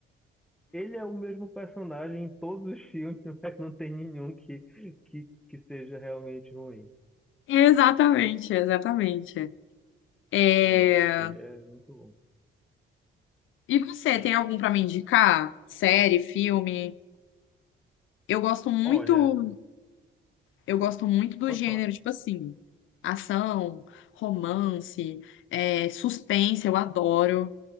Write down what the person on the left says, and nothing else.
Exatamente, exatamente. É,
E você, tem algum pra me indicar? Série, filme? Eu gosto muito,
eu gosto muito do
gênero,
tipo assim, ação, romance, é, suspense, eu adoro.